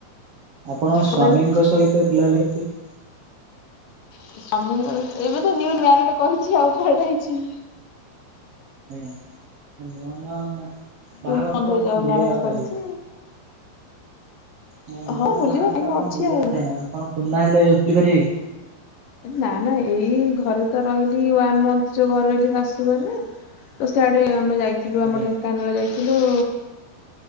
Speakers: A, on the right; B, on the left.
A: ଆପଣ
B: କଣ
A: ସ୍ଵାମୀଙ୍କ
B: କହିଲେ
A: ସହ କେତେ ବୁଲାବୁଲି କେତେ- -
B: ସ୍ୱାମିଙ୍କ, ଏବେ ତ ନିୁ ମାରେଡ କରିଛି ଆଉ କୁହାଯାଇଚି।
A: ଆଜ୍ଞା, ନୁଆ ନୁଆ ମ୍ୟା --
B: ଟୁ
A: ବାହାଘର
B: ମନ୍ଥ
A: ତ
B: ହେଇଯିବ
A: ଆପଣ ବୁଲିବା
B: ମ୍ୟାରେଜ
A: କଥା
B: କରିଛି
A: ହବେ। ନ ନୂଆ
B: ହଁ
A: ନୂଆ
B: ବୁଲିବା
A: ବାହାଘର
B: ଟାଇମ
A: ତ ଆପଣ
B: ଅଛି
A: ବୁଲିଆ
B: ଆଉ
A: କଥା ଏଇନା। ଆପଣ ପୁରୁଣା ହେଲେ ବୁଲି ପାରିବେ କି?
B: ନା ନା ଏଇ ଘରେ ତ ରହିଲି ୱାନ ମଥ ଯୋଉ ଘରେ ରହିଲି ଶାଶୁ ଘରେ ତ ସେଆଡେ ଆମେ ଯାଇଥିଲୁ
A: ଆଜ୍ଞା
B: ଆମ ଢେଙ୍କାନାଳ ଯାଇଥିଲୁ